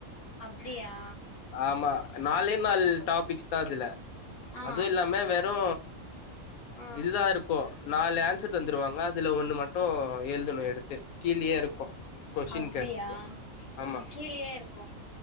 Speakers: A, on the left; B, on the left.
A: அப்டியா
B: ஆமா நாலே நால் டாபிக்ஸ் தா இதுல
A: ஆ
B: அது இல்லாம வெறு
A: ஆ
B: இதுதா இருக்கு நாலு ஆன்சர் தந்துருவாங்க அதுல ஒண்ணு மட்டு எழுதணு எடுத் த்து கீழயே ருக்கு கொஸ்டீன்
A: அப்டியா
B: கேட்டு ஆமா
A: ம் கீழயே இருக்கு